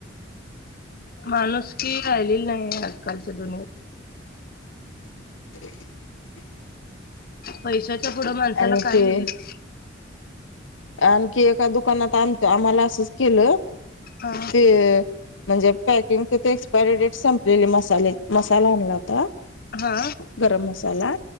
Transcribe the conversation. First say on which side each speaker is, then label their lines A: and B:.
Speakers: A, on the left; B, on the left.
A: माणुसकी राहिलेली नाही आजकालच्या दुनियेत.
B: <inaudible>
A: पैशाच्या पुढं माणसाला
B: आणि
A: काहीही
B: ते
A: दिसत
B: आणखी एका दुकानात आमच्या आम्ह आम्हाला असंच केलं.
A: हा
B: ते म्हणजे पॅकिंगचं ते एक्सपायरी डेट संपलेली, मसाले मसाला आणला होता.
A: हा
B: गरम मसाला